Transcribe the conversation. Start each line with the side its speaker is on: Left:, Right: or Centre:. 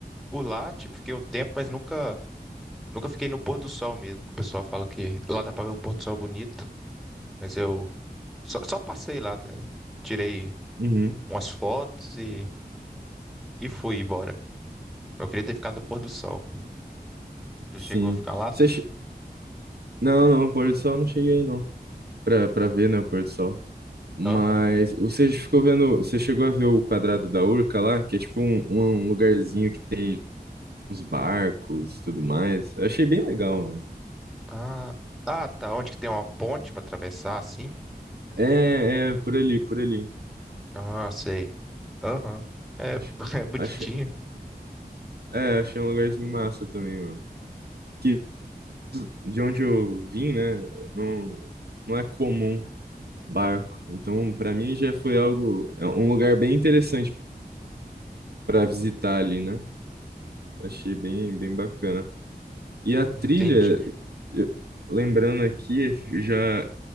Centre: por lá, tipo, fiquei um tempo, mas nunca, nunca fiquei no pôr do sol mesmo. O pessoal fala que lá dá pra ver o pôr do sol bonito, mas eu só, só passei lá, tá ligado? Tirei
Right: Uhum.
Centre: umas fotos e, e fui embora. Eu queria ter ficado no pôr do sol. Já
Right: Sim.
Centre: chegou a ficar lá, sim?
Right: Você... che- Não, não, o pôr do sol eu não cheguei aí, não. Pra, pra ver, né, o pôr do sol. Mas
Centre: Aham.
Right: você ficou vendo, você chegou a ver o quadrado da Urca lá, que é tipo um, um um lugarzinho que tem uns barcos e tudo mais. Eu achei bem legal, mano.
Centre: Ah, ah, tá. Onde que tem uma ponte pra atravessar, assim?
Right: É, é, por ali, por ali.
Centre: Ah, sei. Aham. É,
Right: Acho,
Centre: <laughs> é bonitinho.
Right: acho, é, achei um lugarzinho massa também, mano. Que de onde eu vim, né, não, não é comum barco. Então, para mim já foi algo, é um lugar bem interessante para visitar ali, né? Achei bem, bem bacana. E a trilha,
Centre: Entendi.
Right: eu- lembrando aqui, já